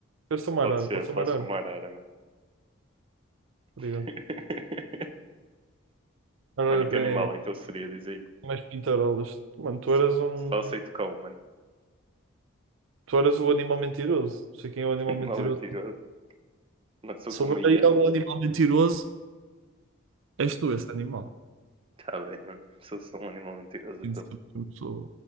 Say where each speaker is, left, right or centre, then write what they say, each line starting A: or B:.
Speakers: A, on the right; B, on the right.
A: Eu sou uma
B: Pode
A: arara.
B: ser,
A: Pode ser
B: podes
A: uma arara.
B: ser uma arara, mano.
A: Obrigado.
B: <laughs>
A: Arara
B: Mano, e que
A: tem
B: animal é que eu seria? Diz aí.
A: mais pintarolas. Mano, tu
B: Só,
A: eras um...
B: só aceito cão, mano.
A: Tu eras o animal mentiroso. Não sei quem é o
B: <laughs>
A: animal
B: Animal
A: mentiroso.
B: mentiroso. Mano, sou
A: Se
B: que
A: houver
B: uma hiena,
A: aí algum
B: mano.
A: animal mentiroso, és tu esse animal.
B: Tá bem, mano. Sou, sou um animal mentiroso,
A: Tem
B: então.
A: de ser eu sou.